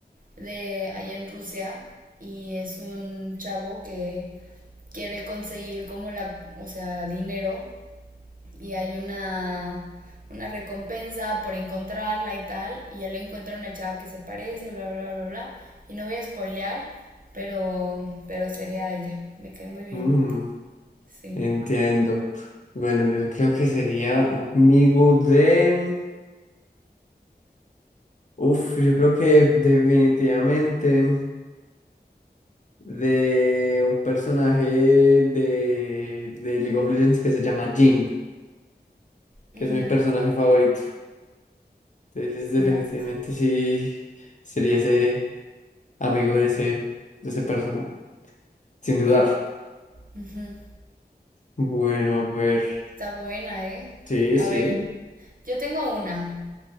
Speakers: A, on the right (about 55°); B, on the left (about 45°).
A: de allá en Rusia, y es un chavo que quiere conseguir como la, o sea, dinero y hay una, una recompensa por encontrarla y tal, y él encuentra una chava que se parece, bla, bla, bla, bla, y no voy a spoilear, pero, pero sería ella, me cae muy bien,
B: Mm.
A: sí.
B: Entiendo. Bueno, yo creo que sería amigo de... Uf, yo creo que definitivamente de un personaje de, de League of Legends que se llama Jhin,
A: Mm,
B: que es mi personaje favorito. Entonces, definitivamente
A: nice.
B: sí sería ese amigo de ese, de ese personaje, sin dudar.
A: Ujú.
B: Bueno, a ver.
A: Está buena, ¿eh?
B: Sí,
A: A
B: sí.
A: ver, yo tengo una.